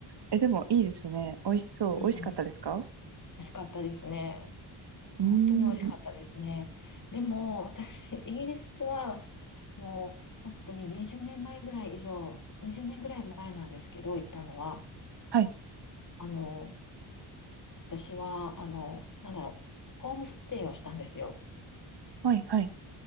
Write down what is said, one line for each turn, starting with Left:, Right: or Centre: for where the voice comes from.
Right: え、でもいいですね。美味しそう。
Left: うん、
Right: 美味しかったですか
Left: 美味しかったですね。本当に美味しかったですね。
Right: うーん。
Left: でも私、イギリスはもう本当に20年前ぐらい以上、20年ぐらい前なんですけど、行ったのは、
Right: はい。
Left: あの、私は、あの、なんだろう、ホームステイをしたんですよ。
Right: はい。はい。